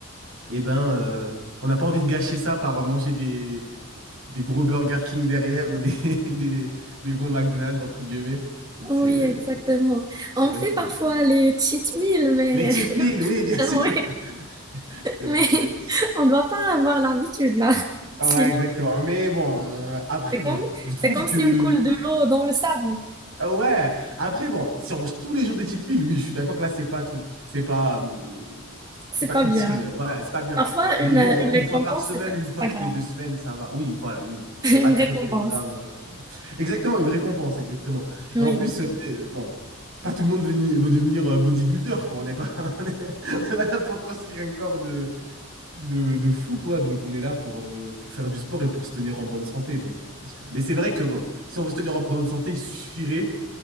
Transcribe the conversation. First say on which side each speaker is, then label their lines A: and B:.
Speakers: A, on the right; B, on the right.
A: eh ben, euh, on n'a pas envie de gâcher ça par manger des, des gros Burger King derrière ou des, <laughs> des, des gros McDonald's, entre guillemets. Donc,
B: pas.
A: c'est
B: Oui, exactement. On
A: c'est vrai
B: fait
A: qu'on...
B: parfois
A: a...
B: les cheat meals mais
A: Les cheat
B: <laughs>
A: meals, oui, bien sûr.
B: oui.
A: <laughs> C'est vrai,
B: Mais
A: c'est vrai.
B: <laughs> on ne doit pas avoir l'habitude là.
A: Ah
B: Sinon,
A: Ouais, exactement. Mais bon, euh, après,
B: c'est
A: bon,
B: comme,
A: je trouve
B: c'est comme
A: que
B: si on coule de l'eau dans le sable.
A: Ah Ouais, après, bon, si on mange tous les jours des petites milles, oui, je suis d'accord que là, c'est pas un truc, c'est pas, hum,
B: C'est
A: c'est pas
B: pas
A: utile,
B: bien.
A: ouais, c'est pas bien.
B: Parfois,
A: Mais
B: une,
A: bon,
B: euh, une
A: une
B: récompense,
A: fois par semaine
B: c'est c'est
A: ou une fois
B: pas
A: toutes
B: grave.
A: les deux semaines, ça va. Oui, une fois, là, une- c'est
B: <laughs> Une
A: pas très,
B: récompense.
A: très grave. euh. Exactement, une récompense, exactement.
B: Oui.
A: Et en plus, euh, euh, bon, pas tout le monde veut, veut devenir euh, bodybuilder, quoi. On n'est pas, <laughs> on est, on est pas là pour construire un corps de, de, de fou, quoi. Donc, on est là pour, euh, pour faire du sport et pour se tenir en bonne santé. Donc, je pense que... Mais c'est vrai que, bon, si on veut se tenir en bonne santé, il suffirait